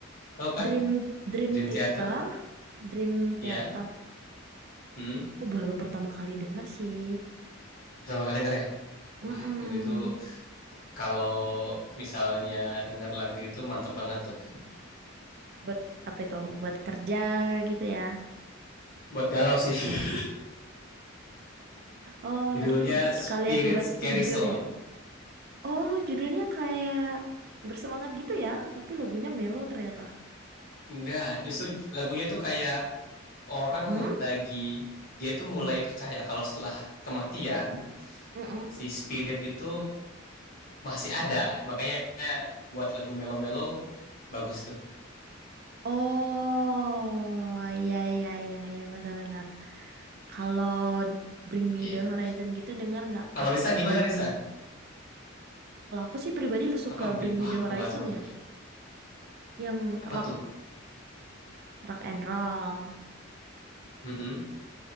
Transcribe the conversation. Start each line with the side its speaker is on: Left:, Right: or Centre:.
Left: tau kah?
Right: Dream Dream
Left: Dream
Right: Theater,
Left: Theater,
Right: Dream
Left: ya.
Right: Theater.
Left: Mm-mm.
Right: Oh baru pertama kali denger sih.
Left: Pertama kali denger ya.
Right: Mm-mm.
Left: Waduh itu kalau misalnya denger lagu itu mantep banget tuh.
Right: Buat apa itu? Buat kerja gitu ya.
Left: Buat galau sih. <laughs>
Right: Oh
Left: Judulnya
Right: berarti
Left: Spirit
Right: sekalian buat
Left: Scary
Right: tidur
Left: Zone.
Right: ya. Oh, judulnya kayak bersemangat gitu ya, tapi lagunya mellow ternyata.
Left: Enggak, justru lagunya tuh kayak orang
Right: Hmm?
Left: lagi dia tuh mulai percaya kalau setelah kematian
Right: Mm-mm.
Left: si spirit itu masih ada. Makanya buat lagu melo-melo bagus tuh.
Right: Oh, ya ya ya ya benar-benar. Kalau Bring Me
Left: Iya.
Right: the Horizon gitu dengar nggak
Left: Kalau
Right: Kak
Left: Risa gimana
Right: lagu-lagunya?
Left: Risa?
Right: Kalau aku sih pribadi lu suka
Left: Apa bi-
Right: Bring Me
Left: wah
Right: the
Left: aku
Right: Horizon
Left: nggak tahu tuh.
Right: ya, yang
Left: Apa
Right: rock
Left: tuh?
Right: rock and roll
Left: Mm-mm.